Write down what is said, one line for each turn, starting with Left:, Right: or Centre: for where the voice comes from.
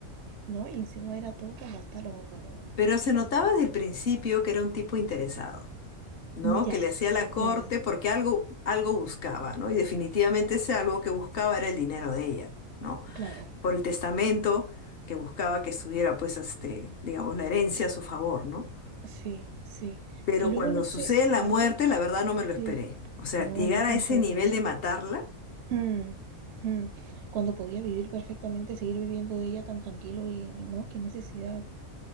Right: ¿no? Y encima era todo para matarlo. Bueno, bueno,
Left: Pero
Right: un show.
Left: se notaba desde el principio que era un tipo interesado, ¿no?
Right: Ya,
Left: Que le hacía la corte
Right: claro,
Left: porque algo, algo buscaba, ¿no? Y definitivamente ese algo que buscaba era el dinero de ella, ¿no?
Right: claro.
Left: Por el testamento que buscaba que estuviera, pues, este, digamos, la herencia a su favor, ¿no?
Right: Sí, sí.
Left: Pero
Right: Que luego
Left: cuando
Right: no
Left: sucede
Right: sé, claro,
Left: la muerte,
Right: ahora.
Left: la verdad no me lo esperé.
Right: Sí.
Left: O sea,
Right: No,
Left: llegar
Right: yo
Left: a
Right: tampoco.
Left: ese nivel de matarla,
Right: Hmm, hmm. Cuando podía vivir perfectamente, seguir viviendo de ella tan tranquilo y, ¿no? Qué necesidad.